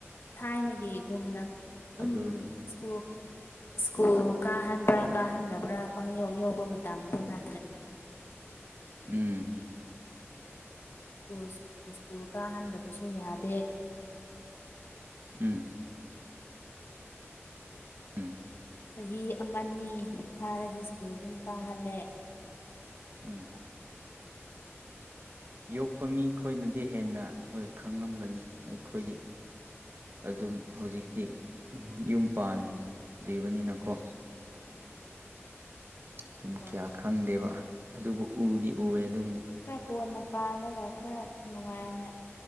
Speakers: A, on the left (about 55°); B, on the right (about 50°).
A: ꯊꯥꯏꯅꯒꯤꯒꯨꯝꯅ ꯑꯗꯨꯝ
B: ꯑꯗꯨ
A: ꯁ꯭ꯀꯨꯜ ꯁ꯭ꯀꯨꯜ ꯀꯥꯍꯟꯕ꯭ꯔꯥ ꯀꯥꯍꯟꯗꯕ꯭ꯔꯥ ꯄꯪ ꯌꯧ ꯌꯧꯕ ꯃꯇꯝꯗꯨ ꯅ
B: ꯎꯝ
A: ꯁꯀꯨꯜ ꯁ꯭ꯀꯨꯜ ꯀꯥꯍꯟꯗꯕꯁꯨ ꯌꯥꯗꯦ
B: ꯎꯝ ꯎꯝ
A: ꯆꯍꯤ ꯑꯃꯅꯤ ꯐꯥꯔꯗꯤ ꯁ꯭ꯀꯨꯜ ꯑꯗꯨꯝ ꯀꯥꯍꯜꯂꯦ
B: ꯎꯝ ꯌꯣꯛꯄ ꯃꯤꯈꯣꯏꯅꯗꯤ ꯍꯦꯟꯅ ꯍꯣꯏ ꯈꯪꯂꯝꯒꯅꯤ ꯑꯩꯈꯣꯏꯗꯤ ꯑꯗꯨꯝ ꯍꯧꯖꯤꯛꯇꯤ ꯌꯨꯝ ꯄꯥꯟꯗ꯭ꯔꯤꯕꯅꯤꯅꯀꯣ ꯑꯗꯨꯝ
A: ꯍꯣꯏ
B: ꯀꯌꯥ ꯈꯪꯗꯦꯕ ꯑꯗꯨꯕꯨ ꯎꯗꯤ ꯎꯋꯦ ꯑꯗꯨꯝ
A: ꯈꯔ ꯀꯣꯟꯅ ꯄꯥꯜꯂꯒ ꯈꯔ ꯅꯨꯡꯉꯥꯏꯅ